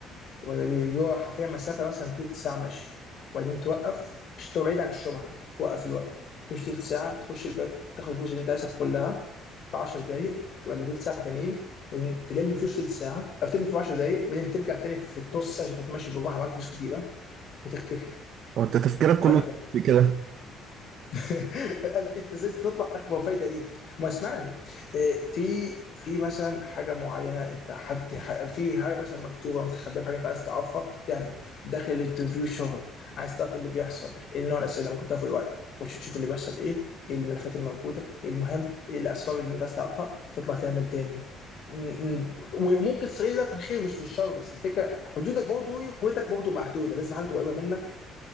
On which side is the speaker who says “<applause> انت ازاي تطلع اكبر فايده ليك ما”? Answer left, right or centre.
Left